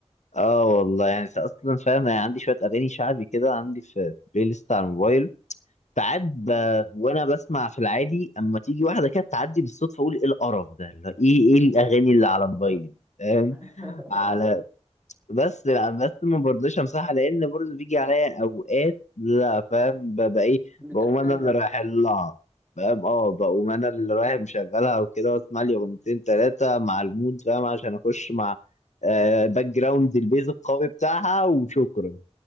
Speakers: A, on the left; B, on the right.
A: اه والله يعني اصلا فاهم يعني عندي شوية اغاني شعبي كده عندي في بلاي ليست على الموبايل ساعات ب...
B: مم.
A: وانا بسمع في العادي اما تيجي واحده كده تعدي بالصدفه اقول ايه القرف ده اللي هو ايه ايه الاغاني اللي على موبايلي دي فاهم
B: <laughs>
A: على بس لا بس ما برضوش امسحها لان برضه بيجي عليا اوقات لا فاهم ببقى ايه
B: بتحتاجها
A: بقوم انا اللي رايح لها فاهم اه بقوم انا اللي رايح مشغلها وكده واسمع لي اغنيتين ثلاثه مع المود فاهم عشان اخش مع آه باك جراوند البيز القوي بتاعها وشكرا